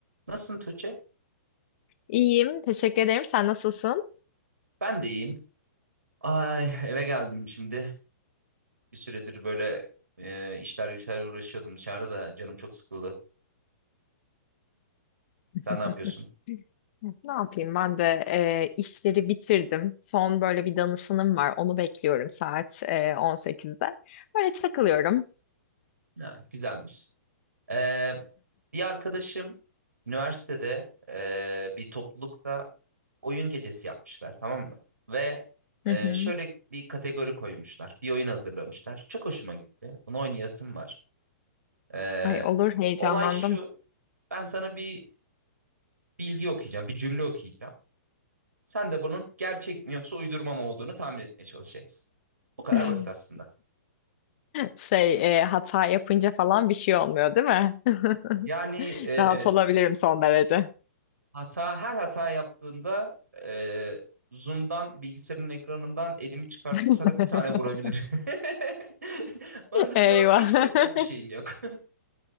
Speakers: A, on the right (about 85°); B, on the left (about 50°).
A: Nasılsın Tuğçe?
B: İyiyim, teşekkür ederim. Sen nasılsın?
A: Ben de iyiyim. Ay eve geldim şimdi. Bir süredir böyle e, işler güçler uğraşıyordum dışarıda da canım çok sıkıldı.
B: <laughs>
A: Sen ne yapıyorsun?
B: Ne yapayım? Ben de e, işleri bitirdim. Son böyle bir danışanım var. Onu bekliyorum saat e, 18'de. Böyle takılıyorum.
A: Ha, güzelmiş. Ee, bir arkadaşım üniversitede e, bir toplulukta oyun gecesi yapmışlar tamam mı? Ve e,
B: <laughs>
A: şöyle bir kategori koymuşlar. Bir oyun hazırlamışlar. Çok hoşuma gitti. Bunu oynayasım var. Ee,
B: Ay olur heyecanlandım.
A: olay şu. Ben sana bir bilgi okuyacağım. Bir cümle okuyacağım. Sen de bunun gerçek mi yoksa uydurma mı olduğunu tahmin etmeye çalışacaksın. Bu kadar
B: <laughs>
A: basit aslında.
B: Şey e, hata yapınca falan bir şey olmuyor değil mi?
A: Yani
B: <laughs>
A: e,
B: Rahat olabilirim son derece.
A: hata her hata yaptığında e, Zoom'dan bilgisayarın ekranından elimi çıkartıp
B: <laughs>
A: sana bir tane vurabilir. <laughs> Onun dışında
B: Eyvah.
A: başka hiç korkacak bir şeyin yok. <laughs>